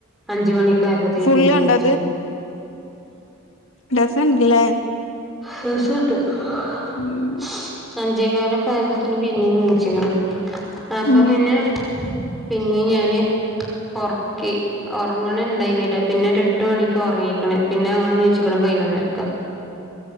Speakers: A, in the centre; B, on the left.
A: അഞ്ച് മണിക്കായപത്തെക്ക്
B: ഫുള്ള്
A: പിന്നിം
B: കണ്ടോ
A: നിച്ച്
B: ഡസൻണ്ട്ല്ലേ
A: <unintelligible>
B: ഉം
A: അഞ്ചേകാല് കൊഅ കുപ്പത്തെക്ക് ന് പിന്നെ നീച്ചിക്കണം അപ്പൊ
B: ഉം
A: പിന്നെ പിന്നെ ഞാന് ഒർക്കി ഉറങ്ങണ ഉണ്ടായി നീല്ല പിന്നെ ഒരു എട് മണിക്കാ ഉറങ്ങീക്കണേ പിന്നെ ങ്ങൾ നീച്ചിക്കണം പൈന്നരക്കാ